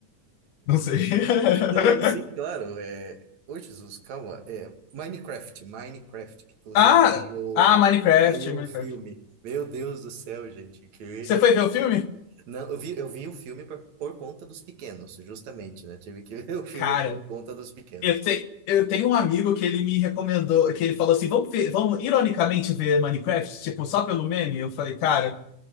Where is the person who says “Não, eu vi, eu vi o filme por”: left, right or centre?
Right